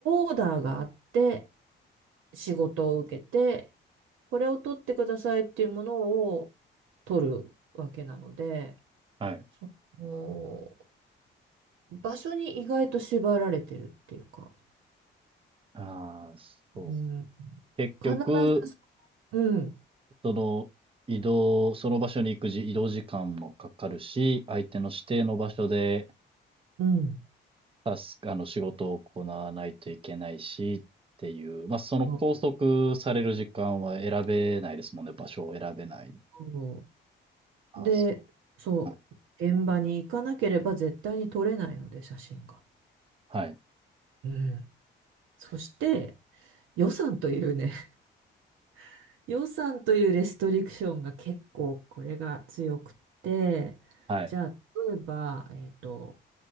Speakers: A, on the right; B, on the right.
A: オーダーがあって仕事を受けて、これを取ってくださいっていうものを取るわけなので、
B: はい。
A: その、場所に意外と縛られてるっていうか、
B: ああ、そ
A: うん、
B: う。結局、
A: 必ずうん、
B: その、移動、その場所に行くじ、移動時間もかかるし、相手の指定の場所で、
A: うん、
B: タスク、あの、仕事を行わないといけないし、っていう、まあ、その拘束される時間は選べないですもんね、
A: そう
B: 場所を選べない。
A: そ
B: ああ、
A: う。で、
B: そ
A: そう、
B: う、はい、
A: 現場に行かなければ絶対に撮れないので、写真が。
B: はい、
A: うん。そして、予算というね、<laughs> 予算というレストリクションが結構これが強くって、
B: はい、
A: じゃあ、例えば、えっと、